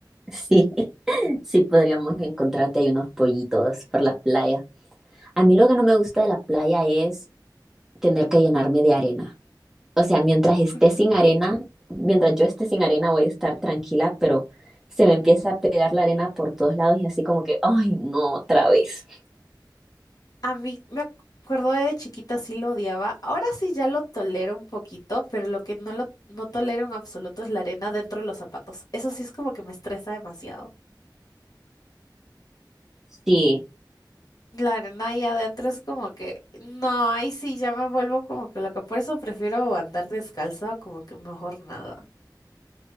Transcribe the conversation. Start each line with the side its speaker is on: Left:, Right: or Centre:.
Centre: sí. Sí, podríamos encontrarte ahí unos pollitos por la playa. A mí lo que no me gusta de la playa es tener que llenarme de arena. O sea, mientras esté
Left: Ujú.
Centre: sin arena, mientras yo esté sin arena voy a estar tranquila, pero se me empieza a pegar la arena por todos lados y así como que, ay, no, otra vez.
Left: A mí me acuerdo de chiquita sí lo odiaba. Ahora sí ya lo tolero un poquito, pero lo que no lo no tolero en absoluto es la arena dentro de los zapatos. Eso sí es como que me estresa demasiado.
Centre: Sí,
Left: La arena ahí adentro es como que no, ahí sí ya me vuelvo como que loca. Por eso prefiero andar descalza o como que mejor nada.